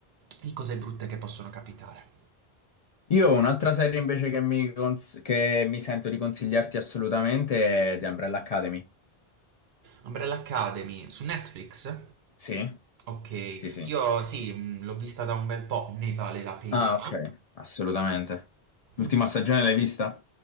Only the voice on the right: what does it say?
di cose brutte che possono capitare.
Umbrella Academy su Netflix?
Ok,
io sì, mh, l'ho vista da un bel po', ne vale la pena.
Mm,